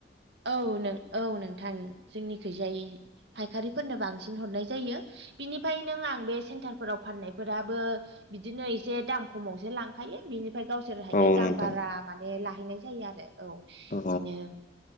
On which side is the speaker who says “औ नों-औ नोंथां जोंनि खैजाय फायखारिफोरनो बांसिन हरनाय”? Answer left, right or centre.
Right